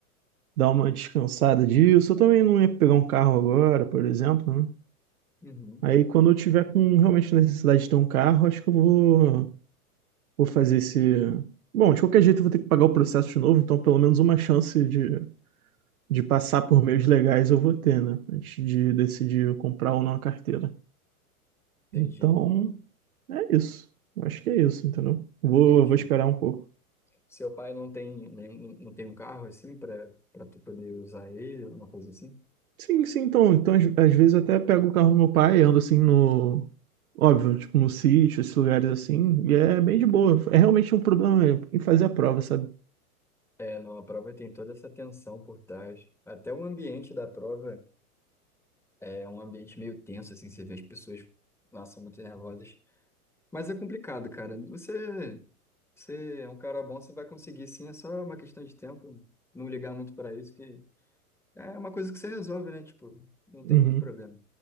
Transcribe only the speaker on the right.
dar uma descansada disso. Eu também não ia pegar um carro agora, por exemplo, né?
Aí quando eu tiver com realmente necessidade de ter um carro, acho que eu vou, vou fazer esse. Bom, de qualquer jeito eu vou ter que pagar o processo de novo, então pelo menos uma chance de, de passar por meios legais eu vou ter, né? Antes de decidir comprar ou não a carteira.
Então, é isso. Eu acho que é isso, entendeu? Vou,
vou esperar um pouco.
Sim, sim, então, então às às vezes eu até pego o carro do meu pai e ando assim no. Óbvio, tipo no sítio, esses lugares assim, e é bem de boa. É realmente um problema em fazer a prova, sabe?
Uhum.